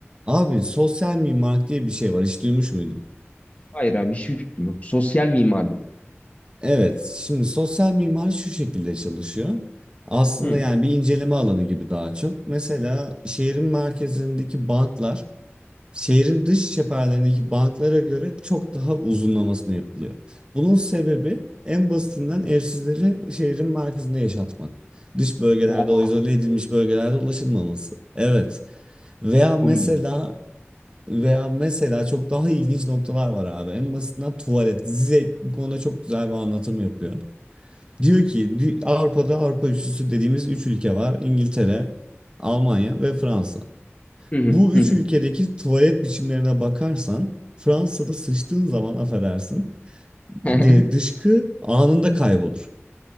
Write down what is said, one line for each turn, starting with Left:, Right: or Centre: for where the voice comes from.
Right: Abi sosyal mimarlık diye bir şey var. Hiç duymuş muydun?
Left: Hayır abi hiçbir fikrim yok. Sosyal mimarlık.
Right: Evet. Şimdi sosyal mimari şu şekilde çalışıyor. Aslında
Left: Hı.
Right: yani bir inceleme alanı gibi daha çok. Mesela şehrin merkezindeki banklar şehrin dış çeperlerindeki banklara göre çok daha uzunlamasına yapılıyor. Bunun sebebi en basitinden evsizleri şehrin merkezinde yaşatmak. Dış bölgelerde
Left: Oo,
Right: o izole edilmiş bölgelerde ulaşılmaması. Evet. Veya mesela
Left: çok ilginç.
Right: Veya mesela çok daha ilginç noktalar var abi. En basitinden tuvalet. Zizek bu konuda çok güzel bir anlatım yapıyor. Diyor ki dü- Avrupa'da Avrupa üçlüsü dediğimiz üç ülke var. İngiltere, Almanya ve Fransa.
Left: Hı hı,
Right: Bu
Left: hı
Right: üç
Left: hı.
Right: ülkedeki tuvalet biçimlerine bakarsan Fransa'da sıçtığın zaman affedersin
Left: <laughs>
Right: de- dışkı anında kaybolur.